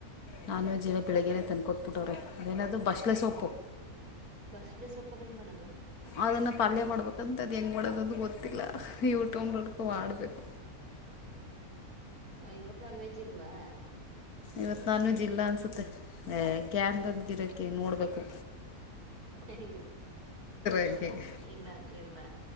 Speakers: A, on the left; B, on the right.
A: ನಾನ್ ವೆಜ್ ಇವತ್ತ್ ಬೆಳಿಗ್ಗೇನೆ ತಂದ ಕೊಟ್ಬಿಟ್ಟವ್ರೆ ಅದೇನದೂ ಬಸ್ಲೆ ಸೊಪ್ಪು.
B: ಬಸ್ಲೆ ಸೊಪ್ಪಲ್ ಏನ್ ಮಾಡೋದು.
A: ಅದನ್ನ ಪಲ್ಯ ಮಾಡ್ಬೇಕಂತ ಅದ ಹೆಂಗ್ ಮಾಡೋದಂದು ಗೊತ್ತಿಲ್ಲ. ಯೂಟ್ಯೂಬ್ ನೋಡ್ಕು ಮಾಡ್ಬೇಕು.
B: ಇವತ್ ನಾನ್ ವೆಜ್ ಇಲ್ವಾ.
A: ಇವತ್ತ ನಾನ್ವೆಜ್ ಅನ್ಸುತ್ತೆ ಏ <unintelligible> ನೋಡ್ಬೇಕು.
B: ಅಯ್ಯ
A: ಹಂಗೆ
B: ಇಲ್ಲ ಅಂದ್ರ ಇಲ್ಲಾ.